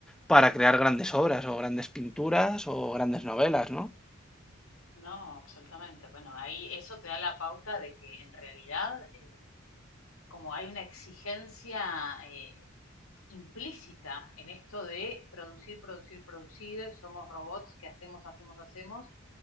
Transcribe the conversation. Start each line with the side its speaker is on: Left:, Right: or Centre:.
Centre: para crear grandes obras o grandes pinturas o grandes novelas, ¿no?
Left: No, absolutamente. Bueno, ahí eso te da la pauta de que en realidad, eh, como hay una exigencia eh, implícita en esto de producir, producir, producir, somos robots que hacemos, hacemos, hacemos,